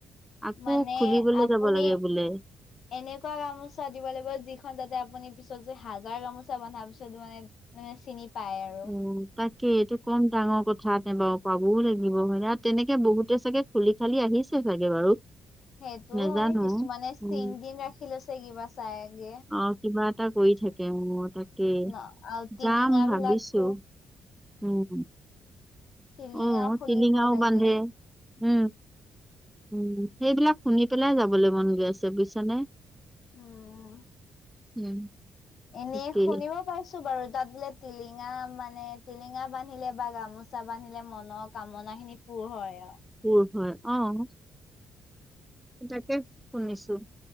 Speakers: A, in the centre; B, on the left.
A: আকৌ
B: মানে
A: খুলিবলৈ
B: আপুনি
A: যাব লাগে বোলে
B: এনেকুৱা গামোচাত। দিব লাগিব যিখন তাতে আপুনি পিছত যে হাজাৰ গামোচা বন্ধাৰ পিছত মানে চিনি পায় আৰু
A: উ তাকে এইটো কম ডাঙৰ কথা নে বাৰু পাবও লাগিব মানে আৰু তেনেকে বহুতে চাগে খুলি থালি আহিছে চাগে বাৰু।
B: সেইটো
A: নেজানো।
B: হয় কিছুমানে
A: উম।
B: চিন তিন ৰাখি লৈছে কিবা। চাইগে
A: অ কিবা এটা কৰি থাকে মোৰ তাকে
B: ন আৰু টিলিঙা
A: যাম ভাবিছো।
B: বিলাকো
A: উম।
B: টিলিঙা
A: অহ
B: খুলিব
A: চিলিঙাও
B: লাগে
A: বান্ধে উম। উম সেইবিলাক শুনি পেলাই যাবলৈ মন গৈ আছে বুইছানে।
B: উম।
A: উম।
B: এনেই
A: তাকেই
B: শুনিব পাইছো। বাৰু তাত বোলে টিলিঙা মানে টিলিঙা বান্ধিলে বা গামোচা বান্ধিলে মনৰ কামনা খিনি পুৰ হয় আও
A: পুৰ হয় অহ তাকে শুনিছো।